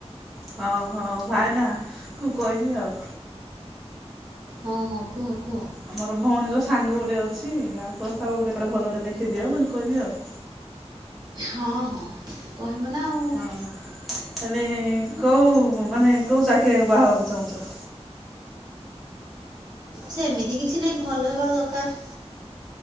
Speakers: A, in the centre; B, on the right.
A: ହଉ ହଉ ଭାଇନା କୁ କହିବି ଆଉ।
B: ହଁ ହଁ କୁହ କୁହ।
A: ଆମର ଭଉଣୀର ସାଙ୍ଗ ଗୋଟେ ଅଛି। ଆଉ ପ୍ରସ୍ତାବ ଗୋଟେ କୁଆଡେ ଭଲଟେ ଦେଖିଦିଅ ବୋଲି କହିବି ଆଉ।
B: ହଁ ହଁ କହିବ ନା ଆଉ।
A: ହଁ ହେଲେ କୋଉ ମାନେ କୋଉ ଚାକିରିଆକୁ ବାହାହେବାକୁ ଚାହୁଁଛ।
B: ସେମିତି କିଛି ନାଇଁ। ଭଲ ହବାର ଦରକାର।